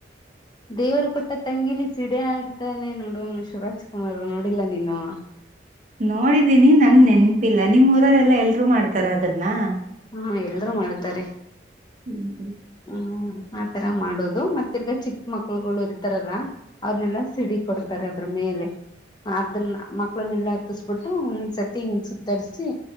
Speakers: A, on the left; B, on the right.
A: ದೇವರು ಕೊಟ್ಟ ತಂಗಿಲಿ ಸಿಡೆ ಆಡ್ತಾನೆ ನೋಡುವ ಶಿವರಾಜ್ ಕುಮಾರ್ ನೋಡಿಲ್ಲ ನೀನು
B: ನೋಡಿದೀನಿ ನಂಗ್ ನೆನ್ಪಿಲ್ಲ ನಿಮ್ ಊರರೆಲ್ಲಾ ಎಲ್ರು ಮಾಡ್ತಾರ ಅದನ್ನ
A: ಹಾ ಎಲ್ರೂ ಮಾಡ್ತಾರೆ
B: ಹ್ಮ್ ಹ್ಮ್
A: ಹ್ಮ್ ಆತರ ಮಾಡೋದು ಮತ್ತಿರ್ಗ ಚಿಕ್ಕ ಮಕ್ಳುಗಳು ಇರ್ತಾರಲ್ಲ ಅವ್ರನೆೆಲ್ಲಾ ಸಿಡಿ ಕೊಡ್ತಾರ ಅದ್ರ ಮೇಲೆ ಅದನ್ನ ಮಕ್ಳನ್ನ ಎಲ್ಲ ಹತ್ತಸ್ ಬಿಟ್ಟು ಒಂದ್ ಸತಿ ಸುತ್ತರ್ರಿಸಿ